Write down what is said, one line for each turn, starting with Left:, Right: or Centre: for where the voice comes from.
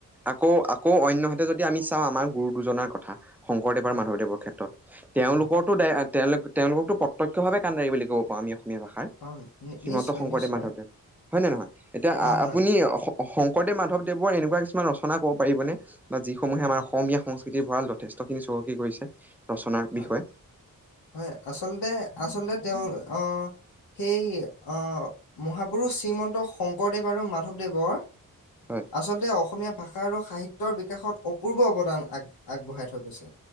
Centre: আকৌ আকৌ অন্যহাতে যদি আমি চাওঁ আমাৰ গুৰু দুজনাৰ কথা। শংকৰদেৱ
Left: হয়,
Centre: আৰু মাধৱদেৱৰ ক্ষেত্ৰত। তেওঁলোকৰ-
Left: হয়।
Centre: তেওঁলোক তেওঁলোককতো প্ৰত্যক্ষ ভাৱে কানদাৰী বুলি কব পাৰো আমি অসমীয়া ভাষাত,
Left: অ' নি
Centre: শ্ৰীমন্ত
Left: নিশ্চয়,
Centre: শংকৰদেৱ
Left: নিশ্চয়।
Centre: মাধৱদেৱ। হয় নে নহয়? এতিয়া
Left: হয়,
Centre: আ
Left: হয়,
Centre: আপুনি- কে শংকৰদেৱ মাধৱ দেৱৰ এনেকুৱা কিছুমান ৰচনা কব পাৰিবনে বা যিসমূহে
Left: হয়,
Centre: আমাৰ অসমীয়া- সংস্কৃতিৰ ভঁৰাল যথেষ্টখিনি চহকী কৰিছে ৰচনাৰ
Left: হয়,
Centre: বিষয়ে।
Left: হয়, আচলতে আচলতে তেওঁ অঁহ সেই অঁহ- মহাপুৰুষ শ্ৰীমন্ত শংকৰদেৱ আৰু মাধৱদেৱৰ
Centre: হয়
Left: আচলতে অসমীয়া- ভাষা আৰু সাহিত্যৰ বিকাশত অপূৰ্ব অৱদান আগ আগবঢ়াই থৈ গৈছে।